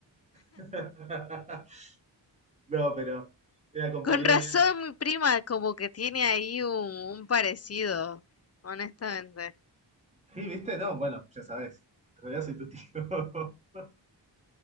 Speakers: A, on the right; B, on the left.
A: <laughs> No, pero era compañera
B: Con razón,
A: bien.
B: mi prima como que tiene ahí un, un parecido, honestamente.
A: Sí, ¿viste? No, bueno, ya sabes. En realidad soy tu tío. <laughs>